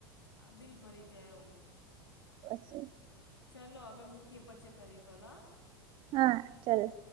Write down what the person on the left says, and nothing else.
દિલ ભરી જાય એવું.
ચલો હવે મૂકીએ પછી કરી કલ હ.